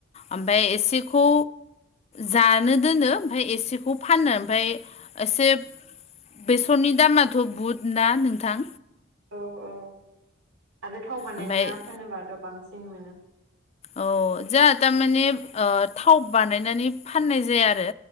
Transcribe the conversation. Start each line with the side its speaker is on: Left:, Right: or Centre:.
Left: ओमफ्राय एसेखौ जानो दोनो ओमफ्राय एसेखौ फाननो ओमफ्राय एसे बेसरनि दामाथ' बुहुद ना नोंथां
Right: औ औ आरो थाव बानायनो
Left: ओमफ्राय
Right: ना फोनोबाथ' बांसिन मोनो
Left: औ जों थारमाने थाव बानायनानै फाननाय जाया आरो